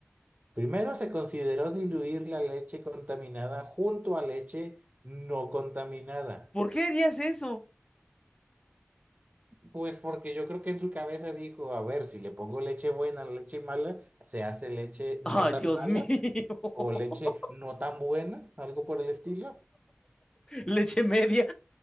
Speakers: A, on the right; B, on the left.
A: Primero se consideró diluir la leche contaminada junto a leche no contaminada.
B: ¿Por qué harías eso?
A: Pues porque yo creo que en su cabeza dijo, a ver, si le pongo leche buena a la leche mala, se hace leche
B: Ay,
A: no tan
B: Dios
A: mala
B: mío. <laughs>
A: o leche no tan buena, algo por el estilo.
B: Leche media.